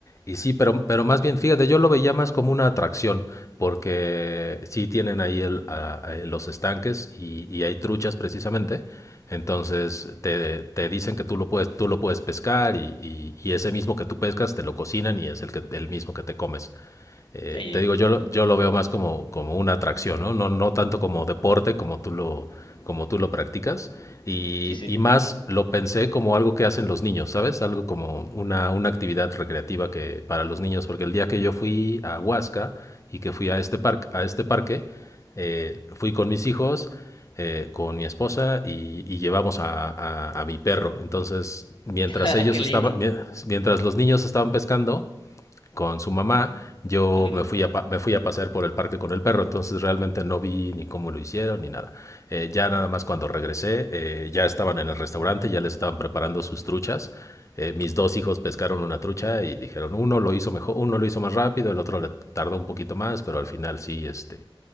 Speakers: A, on the left; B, on the left.
A: y sí, pero, pero más bien, fíjate, yo lo veía más como una atracción, porque sí tienen ahí el, a- a- los estanques y, y hay truchas precisamente, entonces te, te dicen que tú lo puedes, tú lo puedes pescar y, y- y ese mismo que tú pescas te lo cocinan y es el, que, el mismo que te comes eh,
B: ey,
A: te
B: ey,
A: digo, yo, yo lo veo más como, como una atracción, ¿no? No, no tanto como deporte como tú lo, como tú lo practicas. Y,
B: sí, sí.
A: y más lo pensé como algo que hacen los niños, ¿sabes? Algo como una, una actividad recreativa que, para los niños, porque el día que yo fui a Huasca y que fui a este parque, a este parque eh, fui con mis hijos, eh, con mi esposa y, y llevamos a, a- a mi perro. Entonces, mientras
B: <laughs>
A: ellos
B: Qué
A: estaban,
B: lindo.
A: mi- mientras los niños estaban pescando, con su mamá. Yo
B: Ujú.
A: me fui, a me fui a pasear por el parque con el perro, entonces realmente no vi ni cómo lo hicieron ni nada. Eh, ya nada más cuando regresé, eh, ya estaban en el restaurante, ya les estaban preparando sus truchas. Eh, mis dos hijos pescaron una trucha y dijeron, uno lo hizo mejor, uno lo hizo más rápido, el otro le tardó un poquito más, pero al final sí, este,